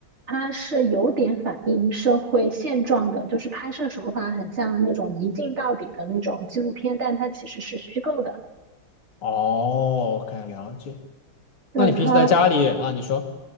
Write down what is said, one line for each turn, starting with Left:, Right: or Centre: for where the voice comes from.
Right: 它是有点反映社会现状的，就是拍摄手法很像那种一镜到底的那种纪录片，但它其实是虚构的。
Left: 哦可 k 了解。
Right: 对，
Left: 那你平时在家里啊，
Right: 然后，
Left: 你说